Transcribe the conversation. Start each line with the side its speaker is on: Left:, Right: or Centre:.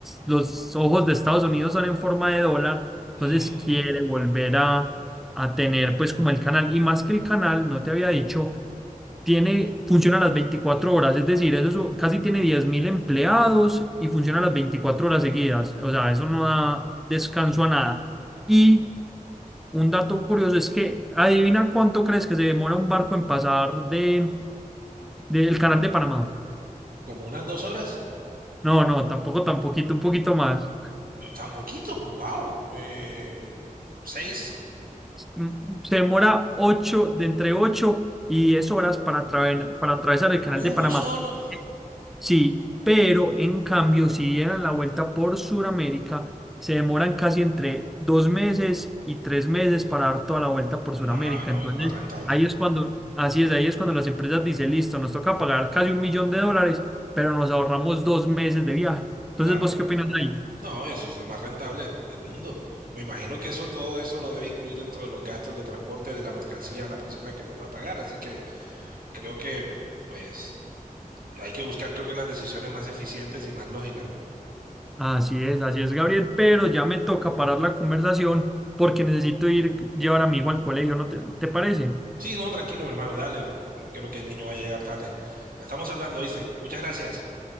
Centre: los ojos de Estados Unidos son en forma de dólar, entonces
Right: Ujú.
Centre: quiere volver a, a tener pues como el canal, y más que el canal, no te había dicho tiene, funciona las 24 horas, es decir, eso su- casi tiene 10.000 empleados y funciona las 24 horas seguidas, o sea, eso no da descanso a nada. Y un dato curioso es que, adivina cuánto crees que se demora un barco en pasar de, del canal de Panamá.
Right: Como unas dos horas.
Centre: No, no, tampoco, tan poquito, un poquito más.
Right: Eh, Tan poquito, wow. Eh, seis.
Centre: Mm, Se demora 8, de entre 8 y 10 horas para, atraven- para atravesar el canal
Right: Uno
Centre: de Panamá.
Right: solo.
Centre: Sí, pero en cambio, si dieran la vuelta por Sudamérica, se demoran casi entre dos meses y tres meses para dar toda la vuelta por Sudamérica.
Right: Ah, no,
Centre: Entonces,
Right: es más rentable.
Centre: ahí es cuando, así es, ahí es cuando las empresas dicen, listo, nos toca pagar casi un millón de dólares, pero nos ahorramos dos meses de viaje. Entonces,
Right: Claro.
Centre: ¿vos qué opinas ahí?
Right: No, eso es lo más rentable del mundo. Me imagino que eso, todo eso lo debe incluir dentro de los gastos de transporte de la mercancía a la persona que lo va a pagar. Así que creo que, pues. hay que buscar, creo que las decisiones más eficientes y más lógicas, ¿no?
Centre: Así es, así es, Gabriel, pero ya me toca parar la conversación porque necesito ir llevar a mi hijo al colegio, ¿no te, te parece?
Right: Sí, no, tranquilo, mi hermano, dale, no quiero que el niño vaya a llegar tarde. Estamos hablando, ¿viste? Muchas gracias.